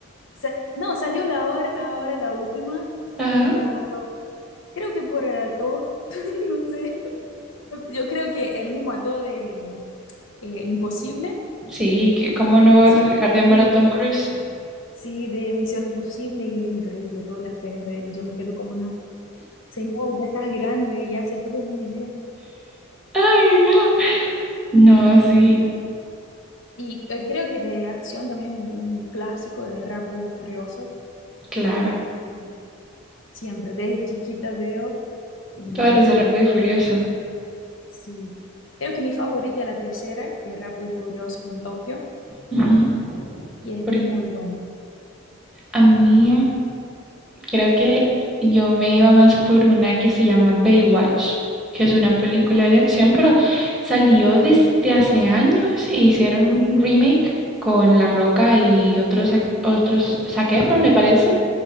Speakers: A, on the left; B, in the centre.
A: Sa- no, salió la hora, ahora la última
B: Ajá.
A: y me encantó. Creo que por todo, <laughs> no sé. Yo, yo creo que el mismo actor de eh, Imposible,
B: Sí, que ¿cómo no
A: dice-
B: vas a dejar de amar
A: sí,
B: a Tom Cruise?
A: sí, de Misión Imposible, y es increíble todas las pelis de él. Yo me quedo como no. Señor, ya estás grande y hace todo muy bien.
B: Ay, no. No,
A: Sí,
B: sí,
A: tal cual. y eh, creo que de acción también un clásico de Rápidos y Furiosos,
B: claro.
A: que está en mi corazón. Siempre, desde chiquita veo y me
B: Todas
A: encanta.
B: las de Rápido y Furioso.
A: Sí. Creo que mi favorita es la tercera, que es Rápido y Furiosos en Tokio,
B: Ujú.
A: y es
B: Porque
A: muy buena.
B: a mí Creo que yo me iba más por una que se llama Baywatch, que es una película de acción, pero salió desde hace años e hicieron un remake con La Roca y otros, ac- otros Zac Efron, me parece,